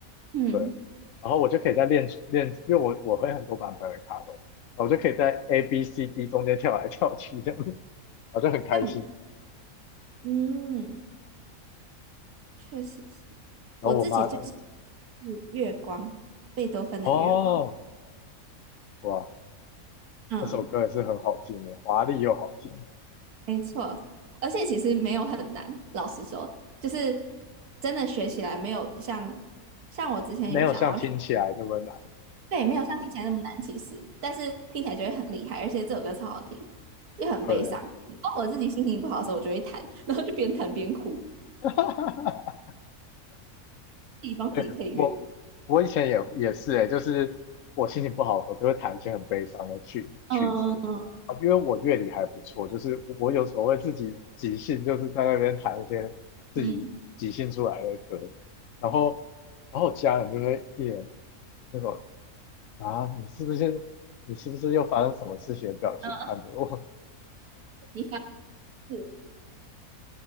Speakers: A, on the right (about 90°); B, on the left (about 70°).
A: 嗯，
B: 对，然后我就可以在练练，因为我我会很多版本的卡农，然后我就可以在 A B C D 中间跳来跳去这样，<laughs> 我就很开心。
A: 这样比嗯，确实是我自己最喜
B: 然后我妈，
A: 欢是月光，贝多芬的月光。
B: 哦，哇，
A: 嗯。
B: 那首歌也是很好听的，华丽又好听，
A: 没错，而且其实没有很难，老实说，就是真的学起来没有像像我之前有想要学，
B: 没有像听起来那么难。
A: 对，没有像听起来那么难，其实，但是听起来就会很厉害，而且这首歌超好听，又很悲伤。
B: 对。
A: 然后我自己心情不好的时候，我就会弹，然后就边弹边哭，
B: <laughs>
A: 自己帮自己配乐。
B: 哎，我我以前也也是哎，就是我心情不好的时候，就会弹一些很悲伤的曲曲子啊，
A: 嗯
B: 因为我乐理还不错，就是我有时候会自己即兴，就是在那边弹一些自己即兴出来的歌，
A: 嗯
B: 然后然后家人就会一脸那种啊，你是不是你是不是又发生什么事情的表情看着我，
A: 嗯，你发誓，